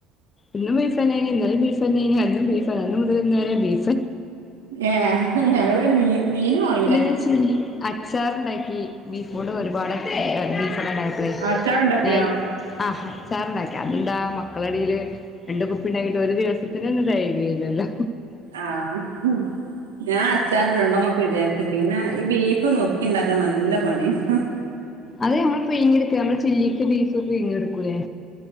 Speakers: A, on the left; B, on the right.
A: ഇന്നും ബീഫന്ന ഇന്നാലും ബീഫന്നെ അന്നും ബീഫന്ന് മുതൽന്ന വ ബീഫ
B: ഏഹ് ഞങ്ങള് പിന്നെ മീൻ മീനു ആഹ്
A: പിന്നെ അച്ചാറുണ്ടാക്കി ബീഫ കൂഡ ഒരുപാട് ബീഫ ഉണ്ടാക്കിയിട്ടുള്ളേ
B: അച്ചാറുണ്ടാക്കിയോ
A: ഞാൻ ആഹ് അച്ചാറുണ്ടാക്കിയോ അതെന്താ മക്കളടയില് രണ്ട് കുപ്പീനായിട്ട് ഒരു ദിവസത്തിനന് ദാരിദ്ര്യമില്ലല്ലോ
B: ആഹ് ഹും ഞാൻ അച്ചാറിട്ടുണ്ടോന്നൊക്കെ വിചാരി പിന്നെ ഈ ബീഫു നുറുക്കി ഉണ്ടാക്കാൻ നല്ല പണിയാണ്
A: അതെ നമ്മള് പിഴിഞ്ഞെടുത്തെ നമ്മള് ചില്ലിക്ക് ബീഫ്‌ ഒക്കെ പിഴിഞ്ഞെടുക്കൂല്ലേ